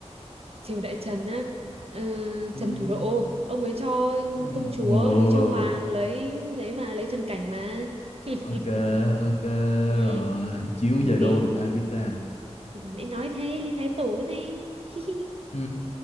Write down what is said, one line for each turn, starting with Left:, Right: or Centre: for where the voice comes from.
Right: Triều Đại Trần á, ờ,
Left: ừ,
Right: Trần Thủ Độ, ông ấy cho
Left: ừ,
Right: công chúa
Left: ồ,
Right: Lý Chiêu Hoàng lấy lấy mà lấy Trần Cảnh mà. <laughs>
Left: ok ok
Right: Ừ,
Left: rồi chiếu
Right: ok.
Left: về đô được ai viết ra <laughs>
Right: Vừa nãy nói thế, Lý Thái Tổ thế. <laughs>
Left: Ừ,